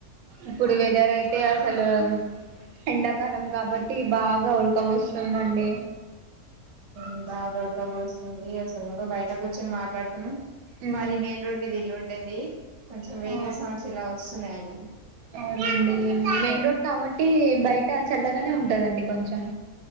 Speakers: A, on the right; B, on the right.
A: ఇప్పుడు వెదర్ అయితే అసలు ఎండాకాలం కాబట్టి బాగా ఉడక బోస్తుందండి
B: ఉ బాగా ఉడకబోస్తుంది అసలు బయట కూచ్చొని మాట్లాడుతున్నాం
A: ఉమ్
B: మాది మెయిన్ రోడ్ మీద ఇల్లు ఉంటుంది కొంచెం వెహికల్
A: ఆ
B: సౌండ్స్ ఇలా వస్తున్నాయండి
A: అవునండి మెయిన్ రోడ్ కాబట్టి బయట చల్లగానే ఉంటదండి కొంచెం